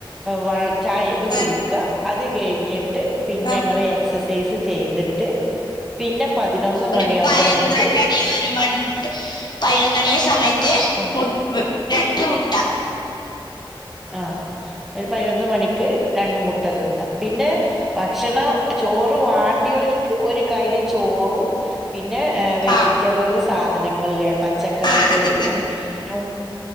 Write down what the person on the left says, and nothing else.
ആ
ആ
ഒരു
പയ്
ന്ത്രണ്ടടി ഒരു മണി പതിനൊന്നണിയ സമയത്ത് ത്ത്
മു രണ്ട് മുട്ട
ആ
ആ അത് തന്നെ